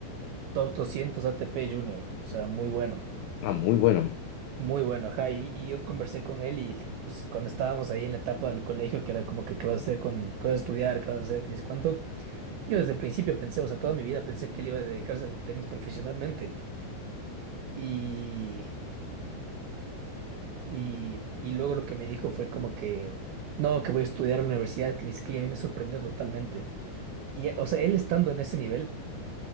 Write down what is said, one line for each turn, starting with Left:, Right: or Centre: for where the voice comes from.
Right: top 200 ATP Junior, o sea, muy bueno.
Left: Ah, muy bueno.
Right: Muy bueno, ajá, y, y yo conversé con él y pues, cuando estábamos ahí en la etapa del colegio, que era como que qué vas a hacer con, qué vas a estudiar, qué vas a hacer, que ni sé cuánto, yo desde el principio pensé, o sea, toda mi vida pensé que él iba a dedicarse al tenis profesionalmente y, y, y luego lo que me dijo fue como que, no, que voy a estudiar a la universidad, que ni siquiera a mí me sorprendió totalmente. Y, o sea, él estando en ese nivel,